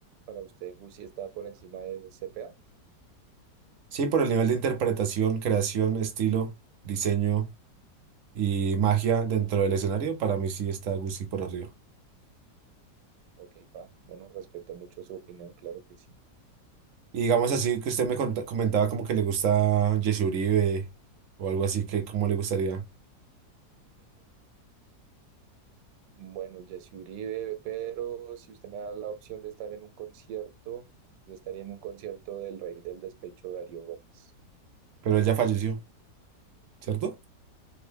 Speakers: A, on the right; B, on the right.
A: para usted Guzzi está por encima de CPA?
B: Sí, por el nivel de interpretación, creación, estilo, diseño y magia dentro del escenario, para mí sí está Guzzi por arriba.
A: Ok, pa, bueno, respeto mucho su opinión, claro que sí.
B: Y digamos así que usted me conta- comentaba como que le gusta Jesse Uribe o algo así, que como le gustaría.
A: Bueno, Jesse Uribe, pero si usted me da la opción de estar en un concierto, yo estaría en un concierto del Rey del Despecho, Darío Gómez.
B: Pero él ya falleció, ¿cierto?